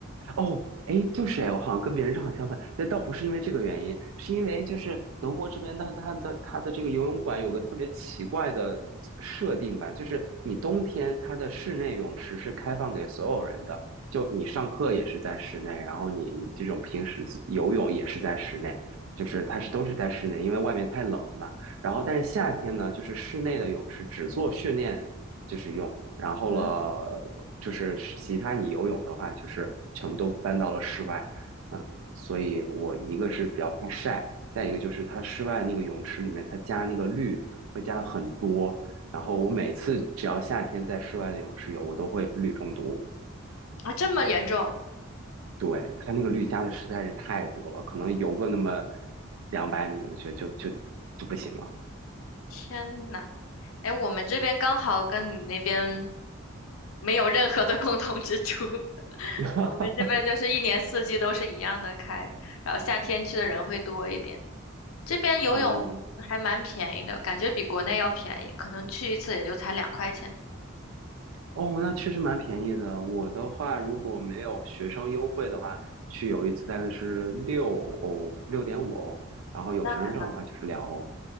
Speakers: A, on the right (about 75°); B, on the left (about 85°).
A: 哦，哎，就是哎，我好像跟别人正好相反。那倒不是因为这个原因，是因为就是德国这边它它的它的这个游泳馆有个特别奇怪的设定吧，就是你冬天它的室内泳池是开放给所有人的，就你上课也是在室内，然后你你这种平时自游泳也是在室内，就是它是都是在室内，因为外面太冷了嘛。然后但是夏天呢，就是室内的泳池只做训练。就是用。然后了，
B: 嗯，
A: 我就是其他你游泳的话，就是全部都搬到了室外。嗯，所以我一个是比较怕晒，再一个就是它室外那个泳池里面，它加那个氯会加很多。然后我每次只要夏天在室外的泳池游，我都会氯中毒。
B: 啊，这么严重，
A: 对，它那个氯加的实在是太多了，可能游个那么两百米，我觉得就就就不行了。
B: 天呐，哎，我们这边刚好跟你那边没有任何的共同之处，<laughs>
A: <laughs>
B: 我们这边就是一年四季都是一样的开，然后夏天去的人会多一点。这边游泳还蛮便宜的，
A: 哦，
B: 感觉比国内要便宜，可能去一次也就才两块钱。
A: 哦，那确实蛮便宜的。我的话，如果没有学生优惠的话，去有一次大概是六欧，六点五欧，然后有学生证的话就是两欧。
B: 哦，那还蛮，